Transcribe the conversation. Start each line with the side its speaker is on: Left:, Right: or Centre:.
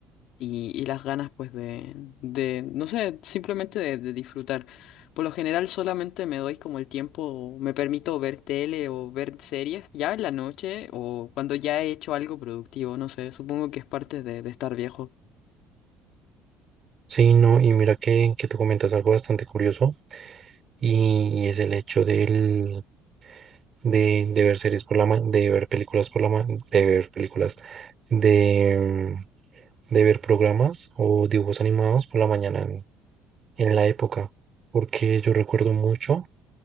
Left: y, y las ganas pues de, de, no sé, simplemente de, de disfrutar. Por lo general solamente me doy como el tiempo, me permito ver tele o ver series ya en la noche o cuando ya he hecho algo productivo, no sé, supongo que es parte de, de estar viejo.
Right: Sí, no, y mira que, que tú comentas algo bastante curioso y, y es el hecho del, de, de ver series por la ma- de ver películas por la ma- de ver películas, de, mm, de ver programas o dibujos animados por la mañana en, en la época, porque yo recuerdo mucho